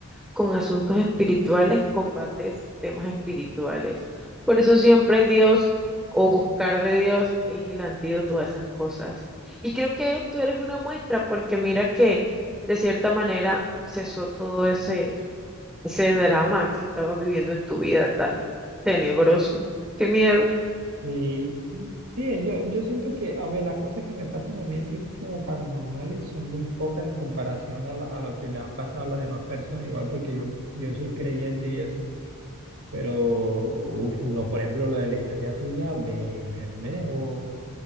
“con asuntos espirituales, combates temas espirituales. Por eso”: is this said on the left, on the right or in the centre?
Centre